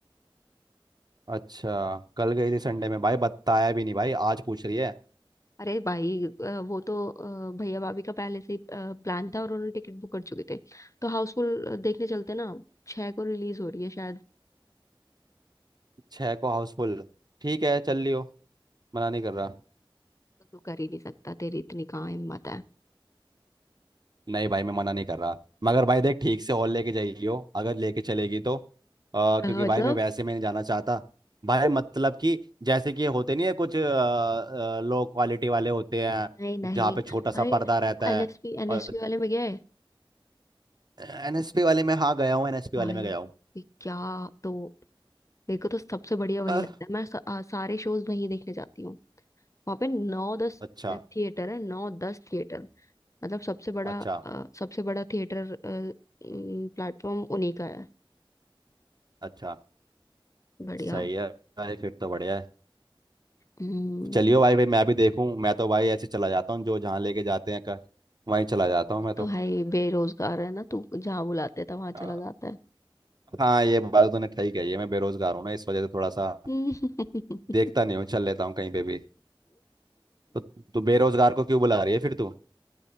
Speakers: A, on the right (about 50°); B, on the left (about 35°).
A: अच्छा कल गई थी संडे में भाई बताया भी नहीं भाई आज पूछ रही है
B: अरे भाई अ, वो तो अ, भैया भाभी का पहले से ही प्लान था और उन्होंने टिकट बुक कर चुके थे तो हाउसफुल देखने चलते ना छह को रिलीज हो रही है शायद
A: छः को हाउसफुल ठीक है चल लियो मना नहीं कर रहा
B: तो तू कर ही नहीं सकता तेरी इतनी कहाँ हिम्मत है
A: नहीं भाई मैं मना नहीं कर रहा मगर भाई देख ठीक से और लेके जाइयो अगर लेके चलेगी तो अ, क्योंकि
B: अ, मतलब
A: भाई मैं वैसे में नहीं जाना चाहता भाई मतलब कि जैसे कि होते नहीं है कुछ लो क्वालिटी वाले होते हैं
B: नहीं नहीं
A: जहाँ पे छोटा सा
B: अरे
A: पर्दा रहता
B: एनएसपी
A: है
B: एनएसपी
A: और
B: वाले में गया है
A: एनएसपी वाले में हाँ गया हूँ एनएसपी
B: भाई
A: वाले में गया हूँ
B: ये क्या तो देखो तो सबसे बढ़िया वही
A: अह,
B: लगता है मैं स, आ, सारे शोज वहीं देखने जाती हूँ वहां पे नौ दस
A: अच्छा
B: थिएटर है नौ दस थिएटर मतलब सबसे बड़ा
A: अच्छा
B: अ, सबसे बड़ा थिएटर प्लेटफॉर्म उन्हीं का है
A: अच्छा
B: बढ़िया
A: सही है भाई फिर तो बढ़िया है
B: हम्म
A: चलियो भाई भाई मैं भी देखूँ मैं तो भाई ऐसे चला जाता हूँ जो जहाँ लेके जाते हैं कर वहीं चला जाता हूँ मैं
B: तो है ही, बेरोजगार है ना तू जहाँ बुलाते था वहां
A: तो
B: चला जाता है
A: हाँ ये बात तो तूने ठीक कही है मैं बेरोजगार हूँ ना इस वजह से थोड़ा सा
B: <laughs>
A: देखता नहीं हूँ चल लेता हूँ कहीं पे भी तो तू बेरोजगार को क्यों बुला रही है फिर तू